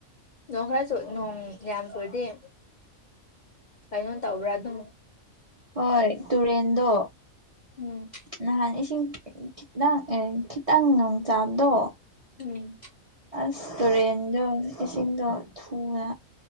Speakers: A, on the left (about 45°); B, on the right (about 40°).
A: ꯅꯣꯡ ꯈꯔꯆꯨ ꯅꯣꯡ ꯌꯥꯝ ꯆꯨꯗꯤ ꯫ ꯀꯩꯅꯣ ꯇꯧꯕ꯭ꯔꯥ ꯑꯗꯨꯝ
B: ꯍꯣꯏ ꯇꯨꯔꯦꯟꯗꯣ
A: ꯎꯝ
B: ꯅꯍꯥꯟ ꯏꯁꯤꯡ ꯈꯤ ꯅꯪ ꯑꯦ ꯈꯤꯇꯪ ꯅꯣꯡ ꯆꯥꯕꯗꯣ
A: ꯎꯝ
B: ꯑꯁ ꯇꯨꯔꯦꯟꯗꯣ ꯏꯁꯤꯡꯗꯣ ꯫ ꯊꯨꯅ